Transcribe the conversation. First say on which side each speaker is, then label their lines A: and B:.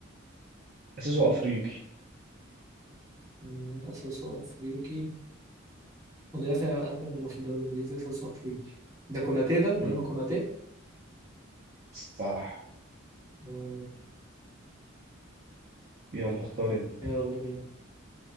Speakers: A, on the right; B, on the right.
A: اساسه
B: مم.
A: افريقي
B: مم، أساسه أفريقي مدافع بقى بيلعب في الدوري الإنجليزي أساسه أفريقي ده كوناتي ده إبراهيم
A: مم.
B: كوناتي
A: صح
B: مم،
A: يلا اختار انت
B: يلا بينا